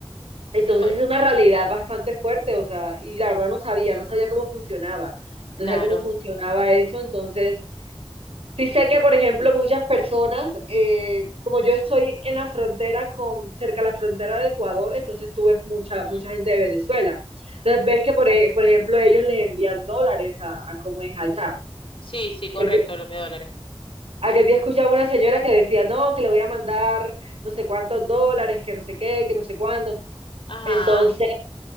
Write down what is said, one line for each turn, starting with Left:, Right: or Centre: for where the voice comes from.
Right: Entonces
Left: sí, por-
Right: es una realidad bastante fuerte, o sea, y la verdad no sabía, no sabía cómo funcionaba,
Left: claro.
Right: no sabía cómo funcionaba eso, entonces sí sé que, por ejemplo, muchas personas, eh, como yo estoy en la frontera con, cerca de la frontera de Ecuador, entonces tú ves mucha,
Left: Ujú.
Right: mucha gente de Venezuela. Entonces ves que, por, e- por ejemplo, ellos les envían dólares a, a cómo es allá.
Left: Sí, sí, correcto,
Right: El día-
Left: los mil dólares.
Right: Aquel día escuchaba una señora que decía, no, que le voy a mandar no sé cuántos dólares, que no sé qué, que no sé cuándo.
Left: Ajá.
Right: Entonces,